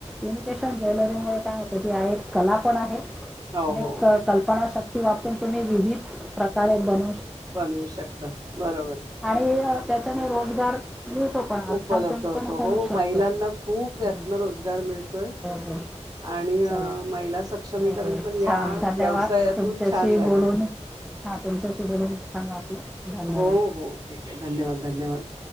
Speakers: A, in the centre; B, on the right.
A: इमिटेशन ज्वेलरी मु काय होतं की एक कला पण आहे अ
B: हो हो हो
A: कल्पना श क वा आप तुम्ही विविध प्रकारे बन
B: बनवू शकता बरोबर
A: आणि त्याच्याने रोजगार मिळतो पण अर्थार्जन
B: उपलब्ध होतो
A: पण होऊ
B: हो
A: शकतं.
B: महिलांना खूप यातन
A: हो
B: रोजगार मिळतोय
A: हो
B: आणि
A: चला
B: महिला सक्षमीकरण
A: हो
B: पण
A: छान
B: या
A: धन्यवाद
B: व्यवसायातून
A: तुमच्याशी
B: छान झालंय
A: बोलून हा तुमच्या शबेदान वाटलं धन्यवाद
B: हो हो ठीक धन्यवाद धन्यवाद